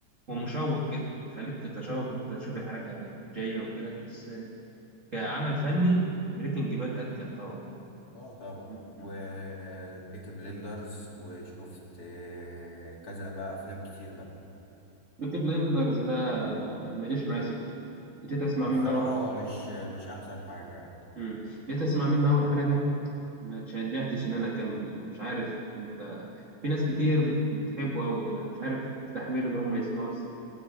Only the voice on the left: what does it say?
اه طبعا
وبيكي بليندرز وشفت آه، كذا بقى افلام كتير بقى
والصراحة
هو مش مش احسن حاجة يعني